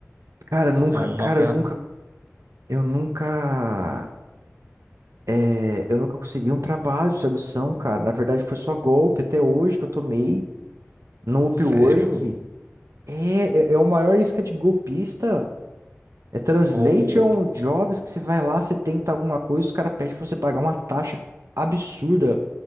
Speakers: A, on the right (about 85°); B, on the right (about 55°).
A: Cara, eu nunca,
B: É uma
A: cara,
B: ferramenta.
A: eu nunca Eu nunca. é, eu nunca consegui um trabalho de tradução, cara. Na verdade, foi só golpe até hoje que eu tomei no Upwork.
B: Sério?
A: É, é, é o maior isca de golpista. É translation
B: Qual,
A: jobs que você vai lá, você tenta alguma coisa, os caras pedem pra você pagar uma taxa absurda.